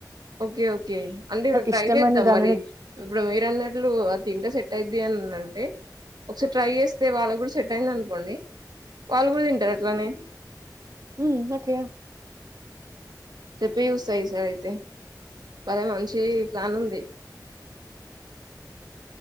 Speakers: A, on the right; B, on the right.
A: ఓకే ఓకే అంటే ట్రై
B: ఇష్టమైన
A: చేద్దాం
B: దానిని
A: మరి ఇప్పుడు వ <unintelligible> ఆ తింటే సెట్ అయ్యిది అని అంటే ఒకసారి ట్రై చేస్తే వాళ్ళు కూడా సెట్ అయ్యింది అనుకోండి వాళ్ళు కూడా తింటారు అట్లానే
B: ఉ ఒకే
A: చెప్పి చూస్తా ఈసారి అయితే మరి మంచి ప్లాన్ ఉంది